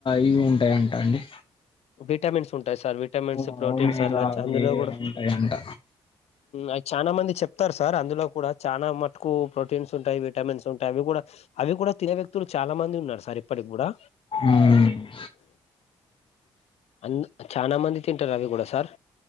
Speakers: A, on the left (about 45°); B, on the left (about 65°).
A: ఇవి ఉంటాయంట అండి
B: విటమిన్స్ ఉంటాయి సార్ విటమిన్స్
A: ఓమేగా
B: ప్రోటీన్స్ అలా
A: అవి
B: అందులో కూడా
A: ఉంటాయంట
B: అ చాలా మంది చెప్తారు సార్ అందులో కూడా చాలా మటుకు ప్రోటీన్స్ ఉంటాయ్ వి విటమిన్స్ ఉంటాయి అవి కూడా అవి కూడా తినే వ్యక్తులు చాలా మంది ఉన్నారు సార్ ఇప్పటికి గూడా
A: ఉమ్
B: అన్ చాన మంది తింటారు అవి కూడా సార్